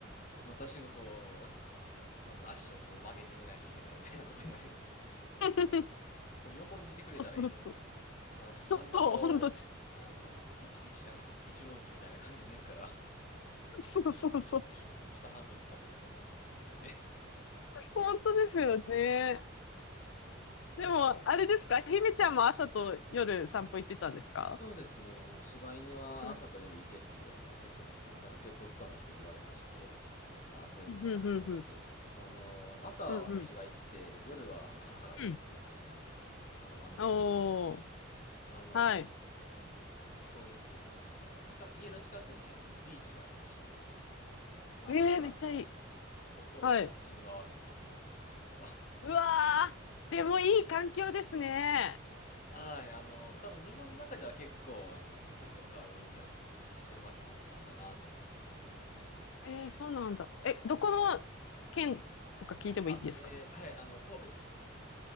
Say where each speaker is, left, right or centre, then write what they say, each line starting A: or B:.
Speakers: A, on the left; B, on the left.
A: 私がこう、あの、足をこう曲げて寝ないといけないみたいなことになりますね。
B: <laughs>
A: <laughs> こう横に寝てくれたらいいのに、
B: そうそうそう。
A: あの、
B: そう、
A: 真ん中を、
B: 本当、そ
A: あの、一、一、あの、一文字みたいな感じで寝るから、
B: うそうそう。
A: うしあの下半分使えないみたいな感じになりますよね。
B: 本当ですよね。でも、
A: <laughs> はい。
B: あれですかひめちゃんも朝と夜散歩行ってたんですか
A: そうですね。あの、柴犬は朝と夜行けって、
B: うん、
A: あの、ペットの人、あの、ペットストアの人に言われまして、ああ、そういうことなんやなと思って。
B: うん、うん、うん、
A: あの、朝は私が行って、
B: うん、うん。
A: 夜はあの母が行くっていう感じなんですけども。
B: うん
A: あの、まあ、日本にいる時なんですけどね。
B: おー、
A: あの、
B: はい。
A: そうですね。あの、近、家の近くにあの、ビーチがありまして、砂浜があって、
B: ええめっちゃいい。
A: そこをまあ走り回るのが好きなんですね、
B: はい。
A: この子は。<laughs>
B: うわー、でもいい環境ですね。
A: はい、あの、多分日本の中では結構、あの、ペット飼うには適してる街なんじゃないかなと思いますね。
B: えー、そうなんだ。え、どこの県とか聞いてもいいですか
A: あ、えー、はい、あの、神戸です。